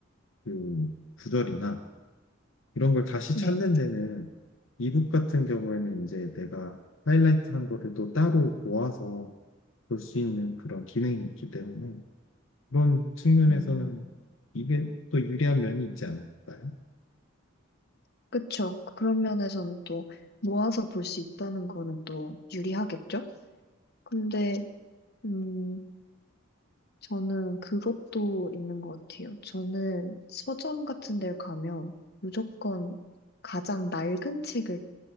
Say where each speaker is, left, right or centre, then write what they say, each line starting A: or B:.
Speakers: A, on the left; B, on the left.
A: 그 구절이나 이런 걸 다시
B: 네.
A: 찾는 데는 이북 같은 경우에는 이제 내가 하이라이트 한 거를 또 따로 모아서 볼 수 있는 그런 기능이 있기 때문에 그런 측면에서는
B: 음,
A: 이게 또 유리한 면이 있지 않을까요?
B: 그쵸. 그런 면에서는 또 모아서 볼 수 있다는 거는 또 유리하겠죠? 근데, 음, 저는 그것도 있는 것 같아요. 저는 서점 같은 데 가면 무조건 가장 낡은 책을